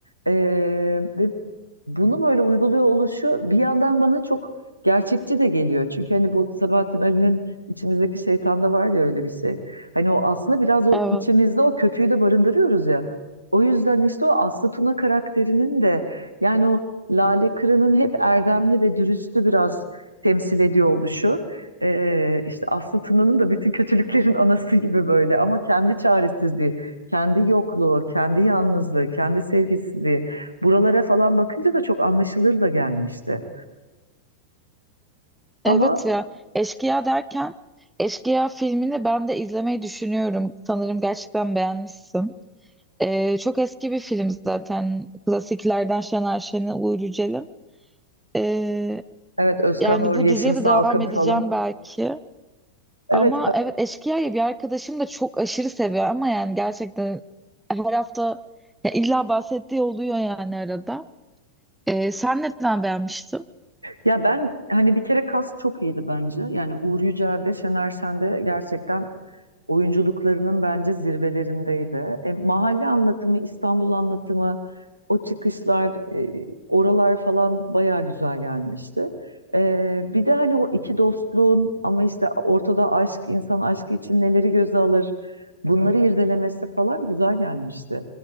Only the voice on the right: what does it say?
eee, ve bunu böyle uyguluyor oluşu bir yandan bana çok gerçekçi de geliyor. Çünkü hani bu Sabahattin Ali'nin içimizdeki şeytanda var ya öyle bir şey. Hani o aslında biraz o
içimizde o kötüyü de barındırıyoruz ya. O yüzden işte o Aslı Tuna karakterinin de yani o Lale Kırı'nın hep erdemli ve dürüstü biraz temsil ediyor oluşu. Ee, işte Aslı Tuna'nın da bütün kötülüklerin anası gibi böyle ama kendi çaresizliği, kendi yokluğu, kendi yalnızlığı, kendi sevgisizliği. Buralara falan bakınca da çok anlaşılır da gelmişti. Ama
evet Özkan
Uğur,
Yeşim
Salkım
falan.
Evet
ba-
ya ben hani bir kere kas çok iyiydi bence. Yani Uğur Yücel de Şener Şen de gerçekten oyunculuklarının bence zirvelerindeydi. E, mahalle anlatımı, İstanbul anlatımı, o çıkışlar, e, oralar falan bayağı güzel gelmişti. E, bir de hani o iki dostluğun ama işte ortada aşk, insan aşkı için neleri göze alır, bunları irdelemesi falan güzel gelmişti.